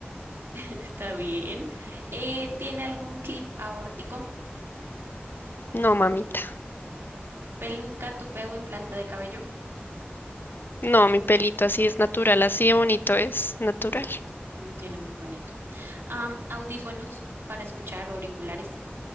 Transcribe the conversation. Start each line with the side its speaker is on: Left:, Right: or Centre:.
Right: <laughs> Está bien. Eh, ¿tiene algún clip aórtico?
Left: No, mamita,
Right: Peluca, tupé o implante de cabello.
Left: no, mi pelito así es natural, así de bonito es natural.
Right: Mm, Sí, no tiene muy bonito. Am, audífonos para escuchar o auriculares.